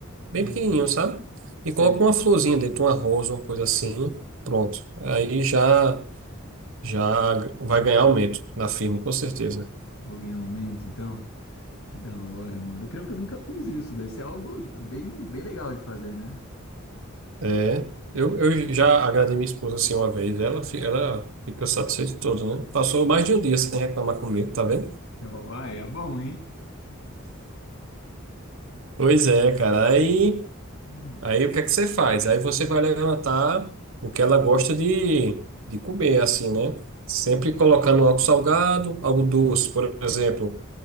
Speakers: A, on the right; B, on the left.
A: bem
B: hum.
A: pequenininho, sabe? E
B: Você
A: coloca uma florzinha dentro, uma rosa, uma coisa assim, pronto. Aí já já vai ganhar aumento na firma, com certeza.
B: vou ganhar aumento, então? Que da hora, mano. Eu creio que eu nunca fiz isso. Deve ser algo bem, bem legal de fazer, né?
A: É, eu, eu já agradei minha esposa assim uma vez, ela, fi- ela fica satisfeita toda, né? Passou mais de um dia sem reclamar comigo, tá vendo?
B: Ó, ah, é bom, hein? É
A: Pois
B: bom
A: é,
B: mesmo.
A: cara. Aí
B: Hum,
A: Aí o que é que você faz? Aí você vai levantar o que ela gosta de, de comer, assim, né? Sempre
B: é, com certeza.
A: colocando algo salgado, algo doce, por exemplo,